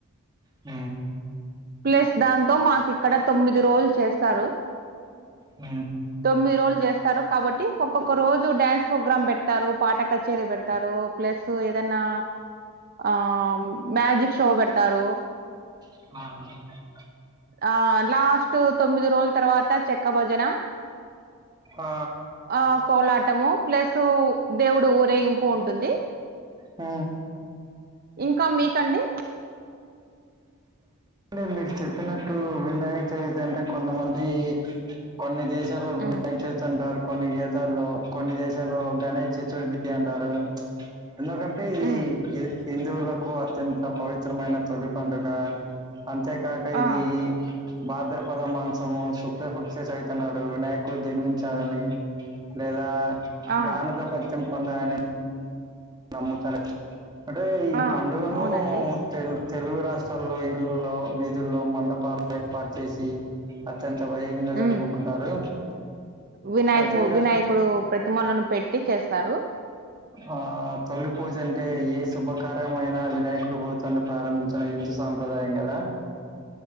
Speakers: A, on the right; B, on the right.
A: ఊ
B: ప్లస్ దాంతో మాకు ఇక్కడ తొమ్మిది రోజులు చేస్తారు
A: ఊ
B: తొమ్మిది రోజులు చేస్తారు కాబట్టి ఒక్కొక్క రోజు డ్యాన్స్ ప్రోగ్రామ్ పెడతారు పాట కచేరీ పెడతారు ప్లస్ ఏదైనా ఆ మ్యాజిక్ షో పెడతారు
A: ఆహ
B: ఆ లాస్ట్ తొమ్మిది రోజుల తర్వాత చెక్క భోజన
A: ఆ
B: ఆ కోలాటము ప్లస్ దేవుడు ఊరేగింపు ఉంటుంది
A: ఊ
B: ఇంకా మీకండి
A: టె మీరు చెప్పినట్టు వినాయక చవితి అంటే కొంతమంది కొన్ని దేశ యాల వినయా
B: ఉమ్,
A: చవితంటారు కొన్ని గీతాల్లో కొన్ని దేశాల్లో గణేష్ చతుర్థి అంటారు ప్చ్ ఎందుకంటే ఇది
B: ఉమ్,
A: హిందువులకు అత్యంత పవిత్రమైన తొలి పండుగ అంతే కాక ఇది
B: ఆ
A: భాద్రపద మాసము శుక్రపక్ష చవితి నాడు వినాయకుడు జన్మించాడని లేదా
B: ఆ
A: గాణదపత్యం పొంద అని నమ్ముతార అంటే ఈ
B: ఆ
A: పండుగను
B: అవునండి
A: తెలు తెలుగు రాష్ట్రాల్లో ఇళ్లలో వీధుల్లో మండపాలు ఏర్పాటు చేసి అత్యంత వయంగా జరుపుకుంటారు
B: ఉమ్, వినాయకు
A: అంతేకాక
B: వినాయకుడు ప్రతిమలను పెట్టి చేస్తారు
A: ఆ తొలి పూజ అంటే ఏ శుభకారమైనా వినాయకుడు కుతను ప్రారంభించడం ఇంతు సాంప్రదాయం గల